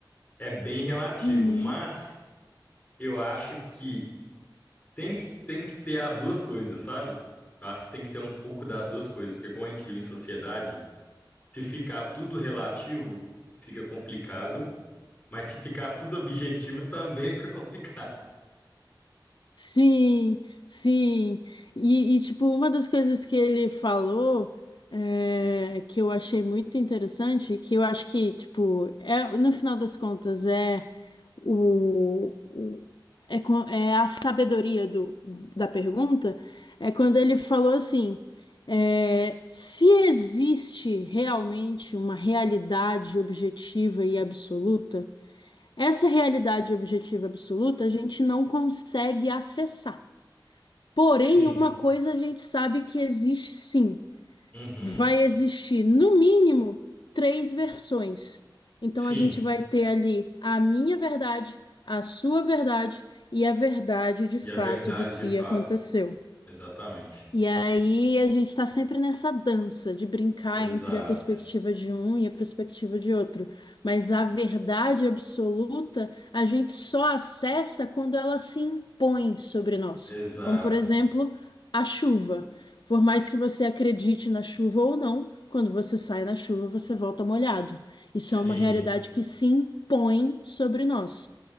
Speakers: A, on the left (about 15°); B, on the left (about 65°).
A: é bem relativo,
B: Uhum.
A: mas eu acho que tem que, tem que ter as duas coisas, sabe? Eu acho que tem que ter um pouco das duas coisas, porque como a gente vive em sociedade, se ficar tudo relativo, fica complicado, mas se ficar tudo objetivo, também fica complicado.
B: Sim, sim. E, e, tipo, uma das coisas que ele falou é, que eu achei muito interessante, que eu acho que, tipo, é, no final das contas, é o, o- é, co- é a sabedoria do, da pergunta, é quando ele falou assim, é, se existe realmente uma realidade objetiva e absoluta, essa realidade objetiva absoluta a gente não consegue acessar. Porém,
A: Sim,
B: uma coisa a gente sabe que existe sim.
A: uhum,
B: Vai existir, no mínimo, três versões. Então,
A: sim.
B: a gente vai ter ali a minha verdade, a sua verdade e a verdade de
A: E
B: fato
A: a verdade
B: do que
A: de fato.
B: aconteceu.
A: Exatamente.
B: E aí a gente está sempre nessa dança de brincar
A: Exato.
B: entre a perspectiva de um e a perspectiva de outro. Mas a verdade absoluta a gente só acessa quando ela se impõe sobre nós.
A: Exato.
B: Como, por exemplo, a chuva. Por mais que você acredite na chuva ou não, quando você sai na chuva, você volta molhado. Isso
A: Sim,
B: é uma realidade que se impõe sobre nós